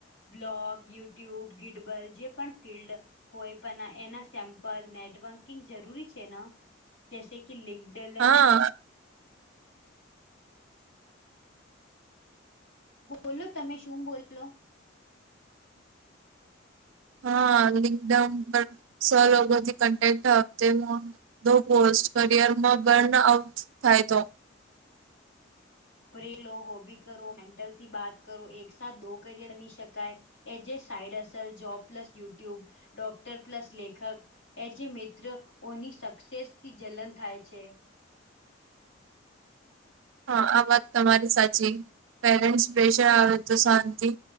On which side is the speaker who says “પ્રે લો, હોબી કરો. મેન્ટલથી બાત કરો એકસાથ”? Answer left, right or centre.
Left